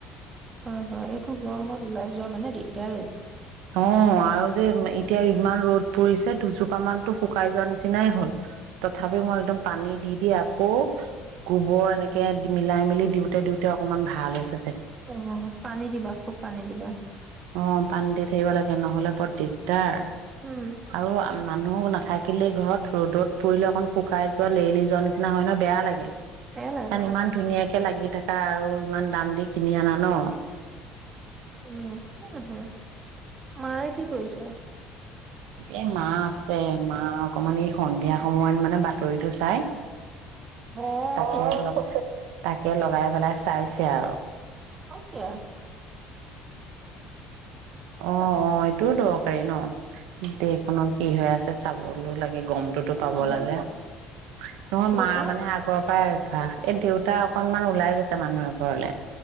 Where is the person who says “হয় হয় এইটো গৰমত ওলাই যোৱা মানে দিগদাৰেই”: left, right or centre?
Right